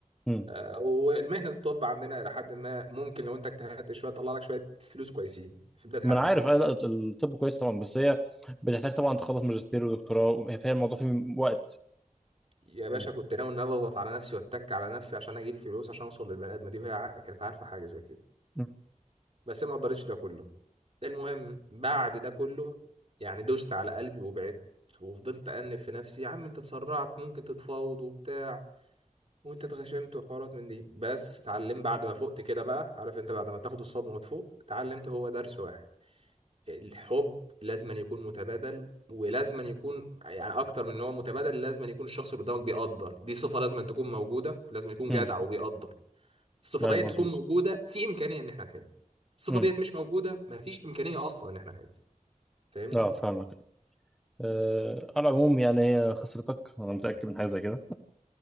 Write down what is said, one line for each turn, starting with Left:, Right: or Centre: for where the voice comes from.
Centre: مم.
Right: آه، والمهنه الطب عندنا الى حد ما ممكن لو انت اجتهدت شويه تطلع لك شويه فلوس كويسين في بدايه
Centre: ما
Right: حياتك
Centre: انا عارف آه، لا الطب كويس طبعا بس هي بتحتاج طبعا تخلص ماجستير ودكتوراه هي فيها الموضوع فيه وقت
Right: يا باشا
Centre: مم.
Right: كنت ناوي ان أنا اضغط على نفسي واتك على نفسي عشان اجيب فلوس عشان اوصل للبني ادمه دي وهي ع- كانت عارفه حاجه زي كده
Centre: مم.
Right: بس ما قدرتش ده كله المهم بعد ده كله يعني دوست على قلبي وبعدت وفضلت انف في نفسي يا عم انت اتسرعت ممكن تتفاوض وبتاع وانت اتغشمت وحوارات من دي بس اتعلم بعد ما فقت كده بقى عارف انت بعد ما تاخد الصدمه وتفوق اتعلمت هو درس واحد الحب لازما يكون متبادل ولازما يكون يعني اكتر من ان هو متبادل لازما يكون الشخص اللي قدامك بيقدر دي صفه لازما تكون موجوده لازما يكون
Centre: مم.
Right: جدع وبيقدر الصفه
Centre: ايوه
Right: ديت
Centre: مظبوط
Right: تكون موجوده في امكانيه ان احنا نحب الصفه
Centre: مم.
Right: ديت مش موجوده مفيش امكانيه اصلا ان احنا نحب فاهمني
Centre: اه فاهمك أه على العموم يعني هي خسرتك انا متاكد من حاجه زي كده